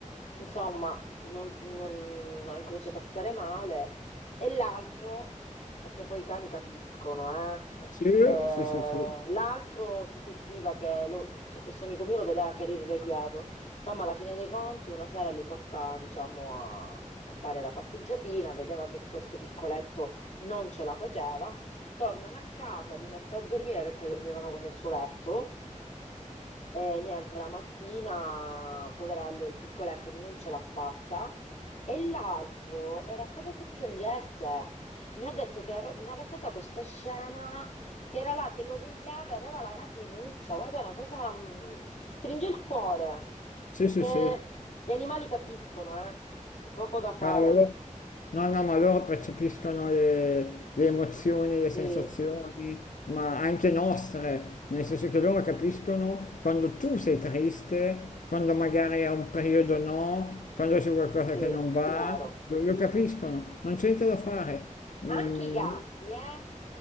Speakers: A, on the left; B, on the left.
A: Insomma, non, non- ha incominciato a stare male. E l'altro, perché poi i cani capiscono, eh?
B: sì,
A: Eh,
B: sì, sì, sì,
A: l'altro si sentiva che lo- cioè, questo amico mio lo vedeva che era irrequieto. Insomma, alla fine dei conti, una sera li porta, diciamo, a, a fare la passeggiatina, vedeva che questo piccoletto non ce la faceva. Tornano a casa, li mette a dormire perché dormivano con il suo letto. E niente, la mattina, poverello, il piccoletto non ce l'ha fatta e l'altro era come se piangesse. Mi ha detto che mi ha raccontato sta scena che era là che lo vegliava e aveva la lacrimuccia. Guarda, è una cosa mh, ti stringe il cuore
B: sì,
A: perché
B: sì, sì,
A: gli animali capiscono, eh? C'è poco da fare.
B: cavolo. No, no, ma loro percepiscono le, le emozioni, le
A: Sì,
B: sensazioni, ma anche nostre, nel senso che loro capiscono quando tu sei triste, quando magari è un periodo no, quando c'è qualcosa
A: sì,
B: che non va,
A: vero.
B: lo, lo capiscono, non c'è niente da fare.
A: Anche
B: Mm,
A: i gatti, eh?